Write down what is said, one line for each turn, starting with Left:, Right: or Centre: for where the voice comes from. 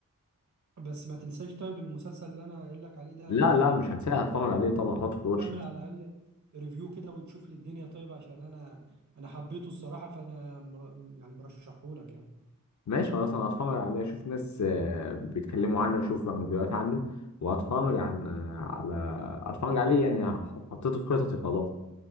Right: بس ما تنساش طيب المسلسل اللي انا قايل لك عليه ده
Left: لا لا مش هنساها هتفرج عليه طبعا هحطه في الواتش
Right: كمل على الاقل ريفيو كده وتشوف لي الدنيا طيب عشان انا انا حبيته الصراحة فانا مر... يعني مرشحه لك يعني
Left: ماشي خلاص انا هتفرج عليه اشوف ناس آه، بيتكلموا عنه اشوف فيديوهات عنه وهتفرج عن آه، على هتفرج عليه يعني ح- حطيته في خططي خلاص